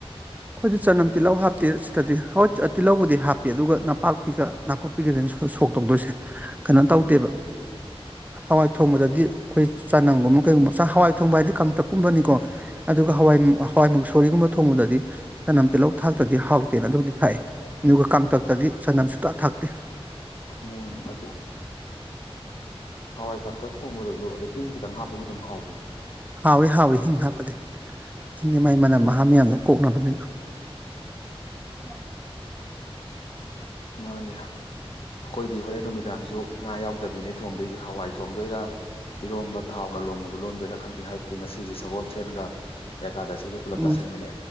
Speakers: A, on the right (about 15°); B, on the left (about 65°).
A: ꯑꯩꯈꯣꯏꯗꯤ ꯆꯅꯝ ꯇꯤꯜꯍꯧ ꯍꯥꯞꯇꯦ ꯁꯤꯗꯗꯤ ꯍꯣꯏ ꯇꯤꯜꯍꯧꯕꯨꯗꯤ ꯍꯥꯞꯄꯤ ꯑꯗꯨꯒ ꯅꯄꯥꯛꯄꯤꯒ ꯅꯥꯀꯨꯞꯄꯤꯒꯗꯅ ꯁ ꯁꯣꯛ ꯇꯧꯗꯣꯏꯁꯦ ꯀꯩꯅꯣ ꯇꯧꯗꯦꯕ
B: ꯎꯝ
A: ꯍꯋꯥꯏ ꯊꯣꯡꯕꯗꯗꯤ ꯑꯩꯈꯣꯏ ꯆꯅꯝꯒꯨꯝꯕ ꯀꯩꯒꯨꯝꯕ ꯍꯋꯥꯏ ꯊꯣꯡꯕ ꯍꯥꯏꯗꯤ ꯀꯪꯇꯛꯀꯨꯝꯕꯅꯤꯀꯣ ꯑꯗꯨꯒ ꯍꯋꯥꯏ ꯍꯋꯥꯏꯃꯨꯛ ꯁꯣꯔꯤꯒꯨꯝꯕ ꯊꯣꯡꯕꯗꯗꯤ ꯆꯅꯝ ꯇꯤꯍꯧ ꯊꯥꯛꯇ꯭ꯔꯗꯤ ꯍꯥꯎꯇꯦꯅ ꯑꯗꯨꯕꯨꯗꯤ ꯊꯥꯏ ꯑꯗꯨꯒ ꯀꯥꯡꯇꯛꯇꯗꯤ ꯆꯅꯝ ꯁꯨꯇ ꯊꯛ <unintelligible>
B: ꯎꯝ ꯑ ꯍꯋꯥꯏ ꯀꯟꯇꯛ ꯊꯣꯡꯕꯗꯁꯨ ꯑ ꯍꯤꯡ ꯈꯤꯇꯪ ꯍꯥꯞꯄꯁꯨ ꯑꯗꯨꯝ ꯍꯥꯎꯕꯅꯤ
A: ꯍꯥꯎꯏꯤ ꯍꯥꯎꯏꯤ ꯍꯤꯡ ꯍꯥꯞꯄꯗꯤ ꯍꯤꯡꯗꯤ ꯃꯥꯏ ꯃꯅꯝ ꯃꯍꯥ ꯃꯌꯥꯝꯗ ꯀꯣꯛꯅꯕꯅꯤꯅ <unintelligible>
B: ꯃꯥꯅꯦ ꯑꯩꯈꯣꯏꯗꯤ ꯍꯣꯔꯦꯟ ꯅꯨꯃꯤꯗꯥꯡꯁꯨ ꯉꯥ ꯌꯥꯎꯗꯕꯤꯅꯤ ꯊꯣꯡꯗꯣꯏꯁꯦ ꯍꯋꯥꯏ ꯊꯣꯡꯗꯣꯏꯔꯥ ꯏꯔꯣꯝꯕ ꯊꯥꯎꯅ ꯂꯣꯟꯝꯕꯗꯣ ꯂꯣꯟꯝꯗꯣꯏꯔꯥ ꯈꯪꯗꯦ ꯍꯥꯏꯕꯗꯤ ꯉꯁꯤꯁꯦ ꯁꯒꯣꯜ ꯁꯦꯟꯒ ꯑꯦꯀꯥꯗ ꯑꯁꯤꯒ ꯄꯨꯂꯞ
A: ꯎꯝ
B: ꯇꯥꯁꯟꯕꯅꯦ